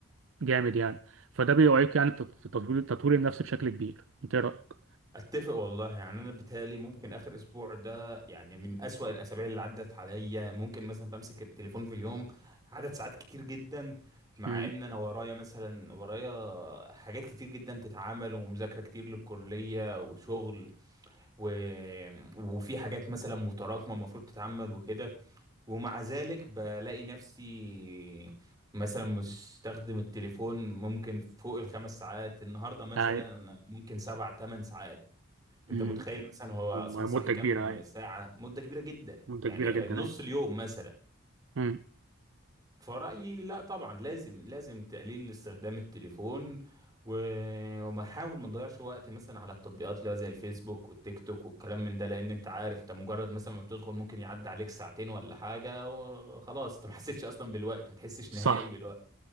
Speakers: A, on the right; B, on the right.
A: جامد يعني فده بيعيق يعني تط- تطوير تطوير النفس بشكل كبير انت ايه رايك
B: اتفق والله يعني انا بيتهيألي ممكن اخر اسبوع ده يعني من اسوأ الاسابيع اللي عدت عليا ممكن مثلا بمسك التليفون في اليوم عدد ساعات كتير جدا مع
A: امم
B: ان انا ورايا مثلا ورايا حاجات كتير جدا تتعمل ومذاكرة كتير للكلية وشغل و... وفي حاجات مثلا متراكمة المفروض تتعمل وكده ومع ذلك بلاقي نفسي مثلا مستخدم التليفون ممكن فوق الخمس ساعات النهاردة مثلا
A: اي
B: ممكن سبع تمن ساعات انت
A: امم
B: متخيل مثلا هو
A: مده
B: اصلا صاحي كام
A: كبيره اي
B: ساعة مدة كبيرة جدا
A: مده
B: يعني
A: كبيره جدا
B: نص
A: اي
B: اليوم مثلا
A: امم
B: فرأيي لا طبعا لازم لازم تقليل استخدام التليفون و- وما نحاول ما نضيعش وقت مثلا على التطبيقات اللي هو زي الفيسبوك والتيك توك والكلام من ده لان انت عارف انت مجرد مثلا ما بتدخل ممكن يعدي عليك ساعتين ولا حاجة وخلاص انت ما حسيتش اصلا بالوقت ما تحسش
A: صح
B: نهائي بالوقت